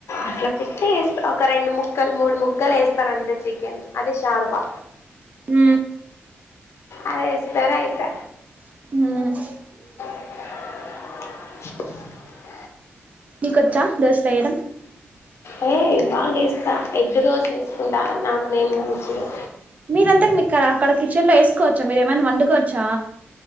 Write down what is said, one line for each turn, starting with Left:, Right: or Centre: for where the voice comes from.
Left: అట్లా పెట్టీ రెండు ముక్కలు మూడు ముక్కలు వేస్తారు అంతే చికెన్ అది శార్వా
Right: హ
Left: అదేస్తర ఆయితా
Right: హ
Left: <unintelligible>
Right: మీకొచ్చా దోస చెయడం
Left: అయ బాగా ఏస్తా ఎగ్ దోస చేసుకుంటా నాకు నేను మంచిది
Right: మీరంతాకు మీక్కడ అక్కడ కిచెన్ లో వేసుకోవచ్చా మీరు ఏమైనా వండుకోవచ్చా